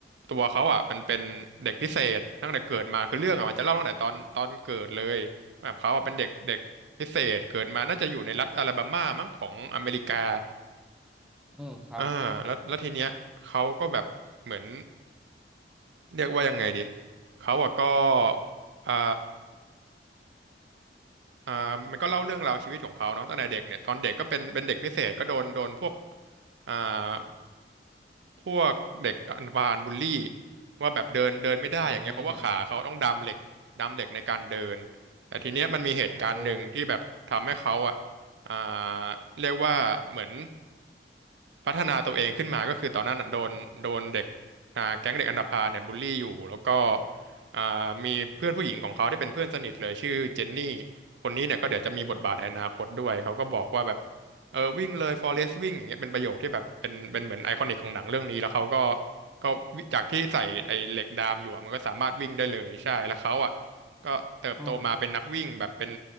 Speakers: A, on the right; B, in the centre.
A: ตัวเขาอ่ะมันเป็นเด็กพิเศษตั้งแต่เกิดมาคือเรื่องอ่ะมันจะเล่าตั้งแต่ตอนตอนเกิดเลยแบบเขาอ่ะเป็นเด็กเด็กพิเศษเกิดมาน่าจะอยู่ในรัฐอลาบามามั้งของอเมริกา
B: อืมครับ
A: อ่าแล้วแล้วทีเนี้ยเขาก็แบบเหมือนเรียกว่ายังไงดีเขาอ่ะก็อ่า อ่ามันก็เล่าเรื่องราวชีวิตของเขาเนาะตั้งแต่เด็กเนี่ยตอนเด็กก็เป็นเป็นเด็กพิเศษก็โดนโดนพวกอ่าพวกเด็กอันบานบูลลี่ว่าแบบเดินเดินไม่ได้อย่างเงี้ยเพราะว่าขาเขาต้องดามเหล็กดามเหล็กในการเดิน
B: อืม
A: แต่ทีเนี้ยมันมีเหตุการณ์หนึ่งที่แบบทำให้เขาอ่ะ
B: โอ้
A: อ่าเรียกว่าเหมือน พัฒนาตัวเองขึ้นมาก็คือตอนนั้นน่ะโดนโดนเด็กอ่าแก๊งเด็กอันธพาลเนี่ยบูลลี่อยู่แล้วก็อ่ามีเพื่อนผู้หญิงของเขาที่เป็นเพื่อนสนิทเลยชื่อเจนนี่คนนี้เนี่ยก็เดี๋ยวจะมีบทบาทในอนาคตด้วยเขาก็บอกว่าแบบเออวิ่งเลย Forest วิ่งอย่างเงี้ยเป็นประโยคที่แบบเป็นเป็นเหมือนไอคอนิกของหนังเรื่องนี้แล้วเขาก็ก็จากที่ใส่ไอเหล็กดามอยู่อะมันก็สามารถวิ่งได้เลยใช่แล้วเขาอ่ะก็เติบโตมาเป็นนักวิ่งแบบเป็น
B: อืม